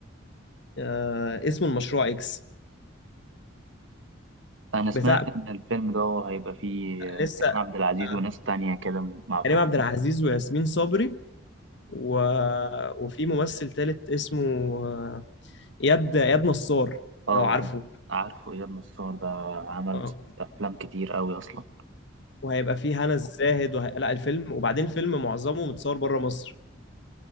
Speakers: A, on the left (about 60°); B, on the right (about 75°).
A: آه اسمه المشروع اكس
B: أنا سمعت
A: بتاع
B: إن الفيلم ده هيبقى فيه
A: لسه
B: كريم عبد العزيز
A: آه
B: وناس تانية كده ما أعتقد
A: كريم عبد العزيز وياسمين صبري و... وفي ممثل تالت اسمه آه، اياد اياد نصار
B: اه
A: لو عارفه
B: عارفه إياد نصار ده عمل
A: اه
B: مس- أفلام كتير أوي أصلا
A: وهيبقى فيه هنا الزاهد وه... لا الفيلم وبعدين الفيلم معظمه متصور بره مصر